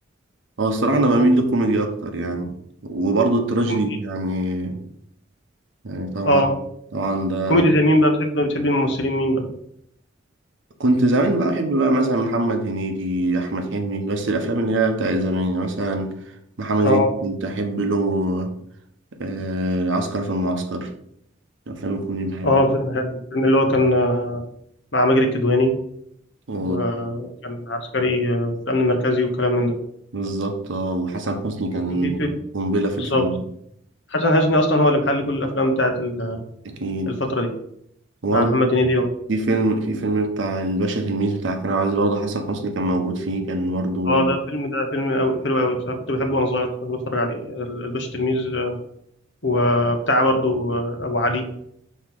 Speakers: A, on the right; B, on the left.
A: هو الصراحة أنا بميل للكوميدي أكتر يعني وبرضه التراجيدي
B: كوميدي
A: يعني يعني طبعا
B: اه
A: طبعا ده
B: كوميدي زي مين بقى بتحب بتحب الممثلين مين بقى
A: كنت زمان بقى بحب بقى مثلا محمد هنيدي أحمد حلمي بس الأفلام اللي هي بتاع زمان يعني مثلا محمد
B: اه
A: هنيدي كنت أحب له آه، عسكر في المعسكر الأفلام الكوميدي بحبها
B: اه فيلم حلو الفيلم اللي هو كان آه، مع ماجد الكدواني
A: و
B: وكان عسكري آه، في الامن المركزي والكلام من ده
A: بالظبط اه وحسن حسني كان
B: وفي فيلم
A: قنبلة في
B: بالظبط
A: الفيلم
B: حسن حسني اصلا هو اللي محل كل الافلام بتاعت ال-
A: أكيد
B: الفترة دي
A: وبرضه
B: مع محمد هنيدي
A: في فيلم في فيلم بتاع الباشا تلميذ بتاع كريم عبد العزيز برضه حسن حسني كان موجود فيه كان برضه
B: اه ده فيلم ده فيلم أوي حلو قوي بصراحه كنت بحبه وانا صغير كنت بحب اتفرج عليه ال- الباشا تلميذ آه، وبتاع برضو آه، ابو علي